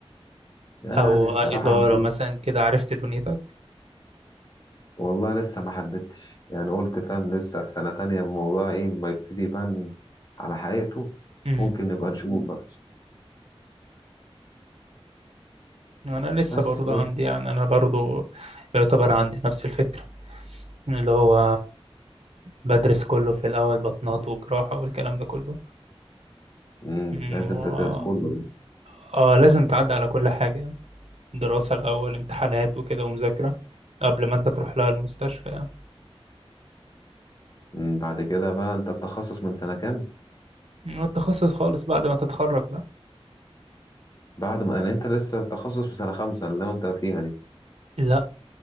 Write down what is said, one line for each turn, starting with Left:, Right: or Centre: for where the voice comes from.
Left: يعني
Right: أو
Left: الصراحة
Right: إدارة
Left: أنا لسه
Right: مثلا كده عرفت دنيتك؟
Left: والله لسه ما حددتش يعني قلت فاهم لسه في سنة تانية الموضوع إيه ما يبتدي يبان على حقيقته
Right: مم.
Left: ممكن نبقى نشوف بقى
Right: أنا لسه
Left: بس
Right: برضه عندي يعني أنا برضه يعتبر عندي نفس الفكرة اللي هو بدرس كله في الأول بطنات وجراحة والكلام ده كله
Left: امم
Right: مم،
Left: لازم
Right: و...
Left: تدرس كله
Right: آه لازم تعدي على كل حاجة دراسة الأول امتحانات وكده ومذاكرة قبل ما أنت تروح لها المستشفى
Left: امم بعد كده بقى أنت التخصص من سنة كام؟
Right: يعني والتخصص خالص بعد ما تتخرج بقى
Left: بعد ما يعني أنت لسه التخصص في سنة خمسة اللي هو أنت فيها دي
Right: لا